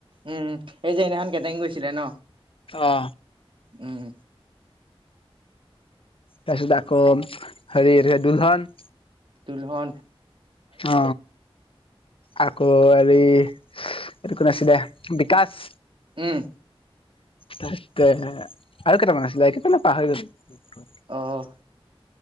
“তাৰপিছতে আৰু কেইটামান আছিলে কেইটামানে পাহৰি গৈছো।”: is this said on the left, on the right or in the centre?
Left